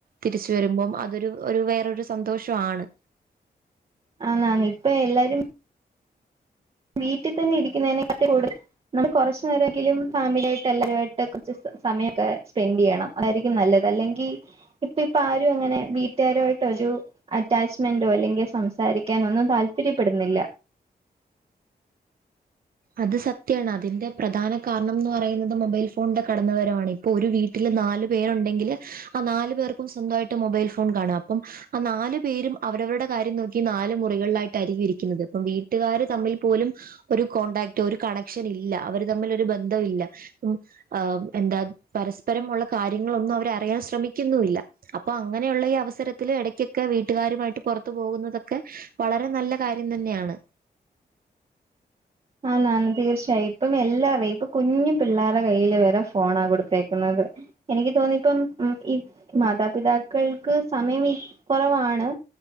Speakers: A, on the right; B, on the right.
A: തിരിച്ചു വരുംമ്പം അതൊരു ഒരു വേറെരു സന്തോഷമാണ്
B: ആണ് ആണ് ഇപ്പം എല്ലാരും വീട്ടിൽ തന്നെ ഇരിക്കുന്നനെകാട്ടിൽകൂട്തൽ നമ്മക്ക് കുറച്ചു നേരങ്കിലും ഫാമിലിയ അയിട്ട് എല്ലാരുമായിട്ട് കുറച്ച് സമയമൊക്കെ സ്പെൻഡ് ചെയ്യണം അതായിരിക്കും നല്ലത് അല്ലെങ്കി ഇപ്പ ഇപ്പ ആരും അങ്ങനെ വീട്ടുകാരുയിമയിട്ട് ഒരു അറ്റാച്ച്മെന്റോ അല്ലെങ്കിൽ സംസാരിക്കാൻ ഒന്നും താല്പര്യപ്പെടുന്നില്ല
A: അത് സത്യാണ് അതിന്റെ പ്രധാന കാരണം ന്ന് പറയുന്നത് മൊബൈൽ ഫോണിന്റെ കടന്നുവരവാണ് ഇപ്പൊ ഒരു വീട് വീട്ടില് നാല് പേരുണ്ടെങ്കില് ആ നാല് പേർക്കും സ്വന്തമായിട്ട് മൊബൈൽ ഫോൺ കാണും അപ്പം ആ നാല് പേരും അവരവരുടെ കാര്യം നോക്കി നാല് മുറികളിലായിട്ട് ആയിരിക്കും ഇരിക്കുന്നത് അപ്പം വീട്ടുകാാര് തമ്മിൽ പോലും ഒരു കോണ്ടാക്റ്റ് ഒരു കണക്ഷൻ ഇല്ല അവര് തമ്മിൽ ഒരു ബന്ധം ഇല്ല ആ എന്താ പരസ്പരം ഉള്ള കാര്യങ്ങളൊന്നും അവര് അറിയാൻ ശ്രമിക്കുന്നുല്ല അപ്പൊ അങ്ങനെയുള്ള ഈ അവസരത്തിൽ ഇടയ്ക്കൊക്കെ വീട്ടുകാരുമായിട്ട് പുറത്തു പോവുന്നതൊക്കെ വളരെ നല്ല കാര്യം തന്നെയാണ്
B: ആണ് ആണ് തീർച്ചയായും ഇപ്പം എല്ലാരും ഇപ്പൊ കുഞ്ഞു പിള്ളേരുടെ കയ്യിയില് വരെ ഫോണാ കൊടുത്തേക്കുന്നത്. എനിക്ക് തോന്നിപ്പം ഉം ഈ മാതാപിതാക്കൾക്ക് സമയം കുറവാണ്